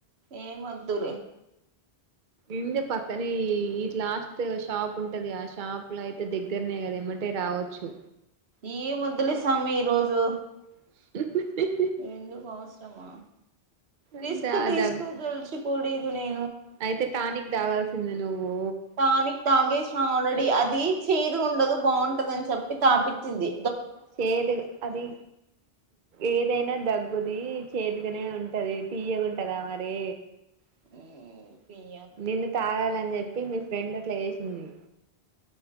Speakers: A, on the right; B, on the right.
A: ఏమోద్దులే
B: ఇంటి పక్కనే ఇ లాస్ట్ షాప్ ఉంటది. ఆ షాప్ లో అయితే దగ్గరనే కదా ఏమటే రావచ్చు.
A: ఏమొద్దులే స్వామి ఈరోజు
B: <unintelligible>
A: ఎందుకు అవసరమా రిస్క్
B: అంత
A: తీసుకో
B: దగ్గ
A: తెలిచ కూడి బనే
B: అయితే టానిక్ తాగాల్సిందె నువ్వు
A: టానిక్ తాగేసిన ఆల్రెడీ అది చేది ఉండదు బాగుంటది. అని చెప్పి తాపచ్చింది.
B: చేదు అది ఏదైనా దగ్ గుది చేదుగానే ఉంటది. తియ్యగుంటద మరి
A: ఉ <unintelligible>
B: నిన్ను తాగాలని చెప్పి మీ ఫ్రెండ్ అట్లా చే సింది.